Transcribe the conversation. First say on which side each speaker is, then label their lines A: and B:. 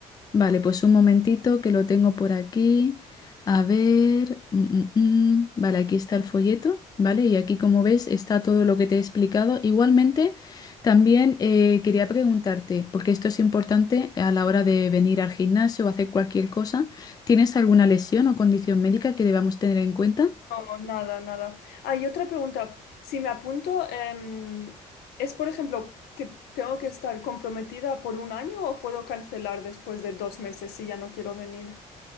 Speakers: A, on the left; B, on the left.
A: Vale, pues un momentito que lo tengo por aquí. A ver. mm, mm, mm. Vale, aquí está el folleto, ¿vale? Y aquí, como ves, está todo lo que te he explicado. Igualmente, también eh, quería preguntarte, porque esto es importante a la hora de venir al gimnasio o hacer cualquier cosa, ¿tienes alguna lesión o condición médica que debamos tener en cuenta?
B: No, nada, nada. Ah, y otra pregunta. Si me apunto, em, ¿es por ejemplo que tengo que estar comprometida por un año o puedo cancelar después de dos meses si ya no quiero venir?